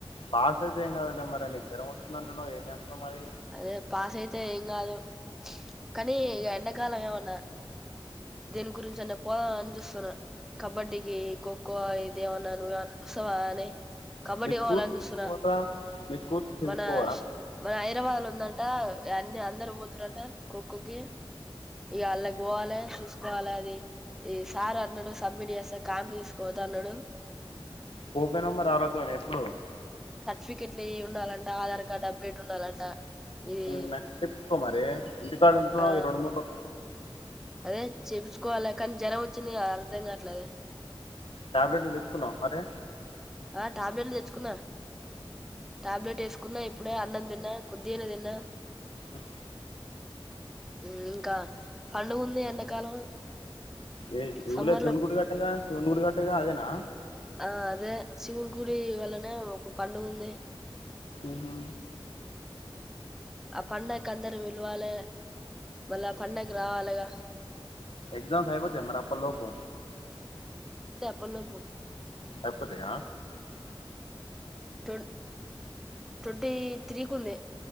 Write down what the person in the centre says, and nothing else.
అదే పాస్ అయితే ఎం కాదు కానీ ఈ ఎండాకాలం ఏమన్నా దేని గురించి అన్న పోదావ అని చూస్తున్నా. కబడ్డీకి, ఖోఖో ఇది ఏమన్నా నువ్వమన్నవస్తవా అని కబడ్డీ
పోవాలని చూస్తున్నా.
మన మన హైదరాబాద్ లో ఉందంటా. అన్ని అందరుూ పోతుారంట. ఖోఖోకి ఇగ అళ్ళకి పోవాలే చూసుకోవాలి. అది ఈ సార్ అన్నాడు సబ్మిట్ చేస్తా క్యాంప్ తీసుకుపోతా అన్నాడు.
ఫికెట్ ఉండాలంట. ఆధార్ కార్డ్ అప్డేట్ ఉండాలంట. ఇది
ఆ
అదే చెప్పిచుకోవాల్ల. కానీ జరం వచ్చింది కదా అర్ధం కాట్లే
ఆ టాబ్లెట్లు తెచ్చుకున్నా. టాబ్లెట్ ఏసుకున్నా ఇప్పుడే. అన్నం తిన్ న్న కొద్దిగనేదిన్న.
ఉహ్మ్ ఇంకా పండుగుంది. ఎండాకాలం
సమ్మర్
లో
ఆ అదే శివుని గుడి వల్లనే ఒక పండుగుంది.
పండ కందరు విల్వాాలే మళ్ళా పండగ రావాలగా
పల్లోపు
తుడ్ ట్వంటీ త్రీకి ఉంది.